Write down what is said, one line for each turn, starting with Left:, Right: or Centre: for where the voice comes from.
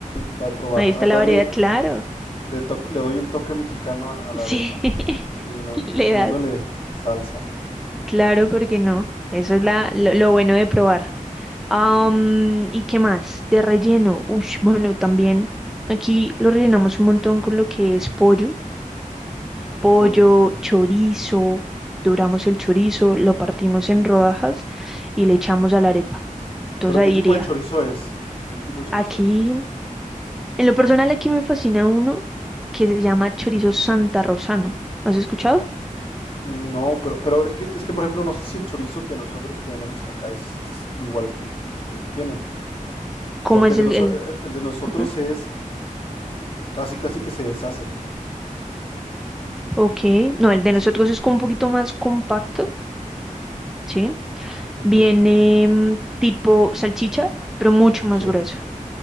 Left: para probarla.
Centre: Ahí está
Left: A darle,
Centre: la variedad, claro.
Left: le, toc- le doy el toque mexicano a, a la
Centre: Sí,
Left: arepa,
Centre: <laughs>
Left: rellena-
Centre: le
Left: poniéndole
Centre: das.
Left: salsa,
Centre: Claro, ¿por qué no? Eso es la, lo, lo bueno de probar. Am, ¿y qué más? De relleno. Ush, bueno, también aquí lo rellenamos un montón con lo que es pollo. pollo,
Left: pollo.
Centre: chorizo, doramos el chorizo, lo partimos en rodajas y le echamos a la arepa. Entonces
Left: ¿Pero qué
Centre: ahí
Left: tipo
Centre: iría.
Left: de chorizo es? ¿Qué tipo de chorizo
Centre: Aquí,
Left: es?
Centre: en lo personal, aquí me fascina uno que se llama chorizo Santa Rosano. ¿Has escuchado?
Left: No, pero, pero es que, es que, por ejemplo, no sé si el chorizo que nosotros tenemos acá es igual que, que ustedes tienen.
Centre: ¿Cómo
Left: Porque
Centre: es
Left: el
Centre: el,
Left: de, noso-
Centre: el...
Left: eh, el de nosotros
Centre: Ajá.
Left: es eh, c- casi, casi que se deshace.
Centre: Ok, no, el de
Left: Sí,
Centre: nosotros es como un poquito más compacto, ¿sí?
Left: ok.
Centre: Viene mm, tipo salchicha, pero mucho más
Left: Sí.
Centre: gruesa,